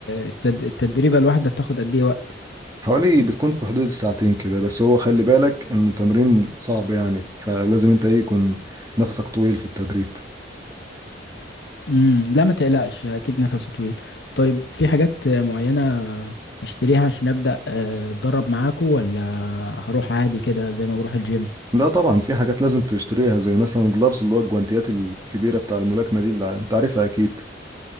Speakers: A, on the left; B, on the right.
A: التد- التدريبه الواحده بتاخد قد ايه وقت
B: حوالي بتكون في حدود الساعتين كده بس هو خلي بالك انه تمرين صعب يعني فلازم انت ايه يكون نفسك طويل في التدريب
A: امم لا ما تقلقش اكيد نفسه طويل طيب في حاجات آه، معينه اشتريها عشان ابدا آه، اتدرب معاكو ولا هروح عادي كده زي ما بروح الجيم
B: لا طبعا في حاجات لازم تشتريها زي مثلا جلافز اللي هو الجوانتيات الكبيرة بتاع الملاكمة دي اللي انت عارفها اكيد